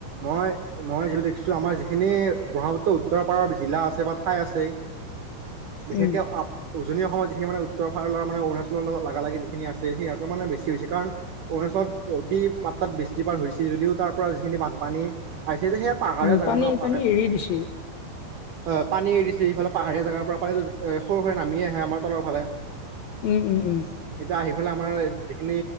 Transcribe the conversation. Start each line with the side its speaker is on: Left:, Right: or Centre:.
Right: মই মই যি দেখিছোঁ, আমাৰ যিখিনি ব্ৰহ্মপুত্ৰ উত্তৰ পাৰৰ জিলা আছে, বা ঠাই আছে বিশেষকে
Left: উম
Right: আ উজনি অসমৰ যিখিনি মানে উত্তৰ ভাতৰ মানে অৰুণাচৰ লাগালাগি যিখিনি আছে সিহঁতৰ মানে বেছি বেছি কাৰণ অৰুণাচলত অতি মাত্ৰাত বৃষ্টিপাত হৈছিল যদিও তাৰ পৰা যিখিনি বানপানী আহিছে যে সেইয়া পাহাৰে
Left: উম
Right: জাগা
Left: পানী
Right: ন, পাহাৰ
Left: পানী এৰি দিছে
Right: হয়', পানী এৰি দিছে ইফালে পাহাৰীয়া জেগাৰ পৰা পানীতটো সৰু সুৰে নামিয়ে আহে আমাৰ তলৰ ফালে
Left: উম', উম', উম'
Right: এতিয়া আহি পালে আমাৰ যিখিনি